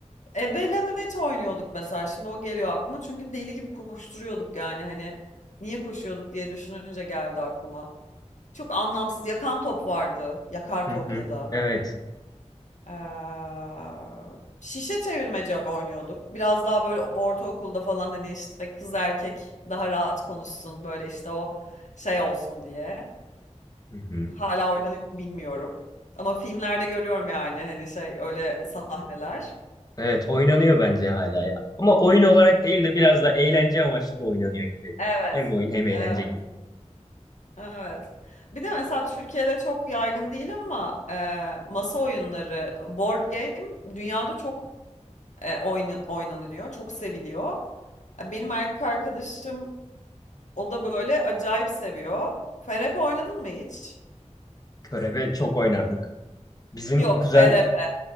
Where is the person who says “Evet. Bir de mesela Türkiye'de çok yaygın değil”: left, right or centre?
Left